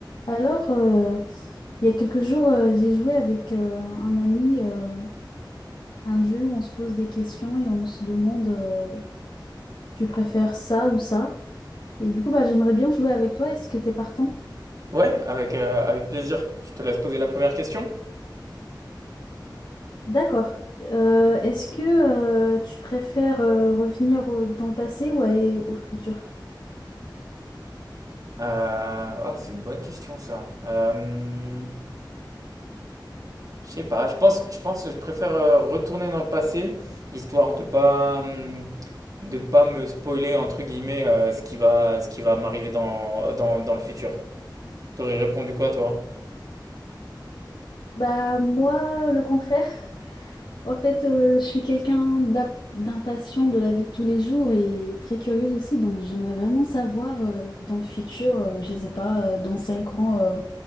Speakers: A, on the left (about 65°); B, on the right (about 50°).
A: Alors, euh, il y a quelques jours, euh, j'ai joué avec euh, un ami euh, un jeu où on se pose des questions et on se demande euh, tu préfères ça ou ça? Et du coup, bah, j'aimerais bien jouer avec toi. Est-ce que t'es partant?
B: Ouais, avec, euh, avec plaisir. Je te laisse poser la première question.
A: D'accord. Euh, est-ce que euh, tu préfères euh, revenir au- dans le passé ou aller au futur?
B: Euh, ah, c'est une bonne question ça. Euh, je sais pas. Je pense, je pense que je préfère euh, retourner dans le passé, histoire de pas, hum, de pas me spoiler entre guillemets euh, ce qui va, ce qui va m'arriver dans, dans, dans le futur. T'aurais répondu quoi toi?
A: Bah moi, le contraire. En fait, euh, je suis quelqu'un d'ap- d'impatient de la vie de tous les jours et très curieuse aussi, donc j'aimerais vraiment savoir euh, dans le futur, euh, je ne sais pas, euh, dans 5 ans, euh,